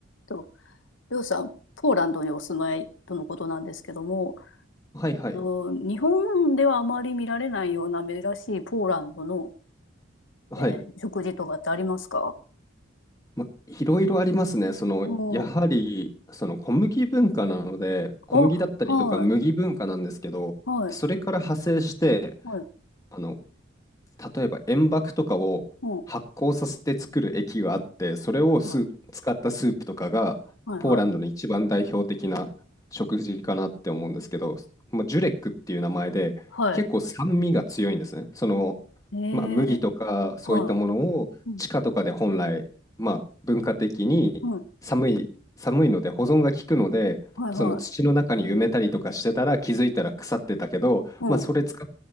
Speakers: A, on the left (about 65°); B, on the left (about 15°).
A: と、りょうさん、ポーランドにお住まいとのことなんですけども、
B: はいはい。
A: あの日本ではあまり見られないような珍しいポーランドの、
B: はい。
A: えー食事とかってありますか
B: ま、いろいろありますね。その、
A: うん。
B: やはり、その小麦文化なので、小麦だったりとか麦文化なんですけど、
A: あ、はい、はい、
B: それから派生して、
A: はい、
B: あの、例えば塩爆とかを発酵させて作る液があって、
A: うん、
B: それをスー使ったスープとかがポーランドの一番代表的な食事かなって思うんですけど、
A: はい、はい、はい、
B: まあ、ジュレックっていう名前で結構酸味が強いんですね。
A: は
B: その、
A: い。えー、
B: まあ、麦とかそういったものを地下とかで本来、
A: はい、うん、
B: まあ、文化的に寒い、
A: うん、
B: 寒いので保存が効くので、
A: はい、はい、
B: その土の中に埋めたりとかしてたら気づいたら腐ってたけど、
A: うん。
B: まあ、それ使っ